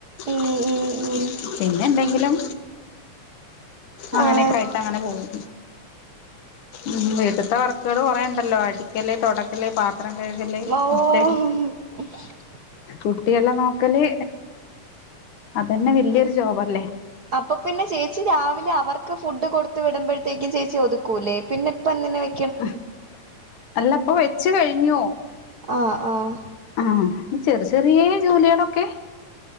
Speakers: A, on the right; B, on the left.
A: ഉം
B: <inaudible>
A: ഉം ഉം
B: പിന്നെന്തെങ്കിലും അങ്ങനേക്കായിട്ടങ്ങന
A: ആഹ്
B: പോകും ഉം വീട്ടിത്ത വർക്കുകള് കൊറേണ്ടല്ലോ അടിക്കല് തൊടക്കല് പാത്രം കഴുകല് <unintelligible>
A: ഓ <unintelligible>
B: കുട്ടികള നോക്കല് അതന്നെ വല്യൊരു ജോബല്ലേ
A: അപ്പം പിന്നെ ചേച്ചി രാവിലെ അവർക്ക് ഫുഡ് കൊടുത്ത് വിടുമ്പഴത്തേക്കു ചേച്ചി ഒതുക്കൂലേ പിന്നെ ഇപ്പ എന്തിന് വെ
B: <unintelligible> അല്ലപ്പൊ വെച്ച് കഴിഞ്ഞോ
A: ആഹ് ആഹ്
B: ആഹ് ചെറ് ചെറിയേ ജോലികളൊക്കെ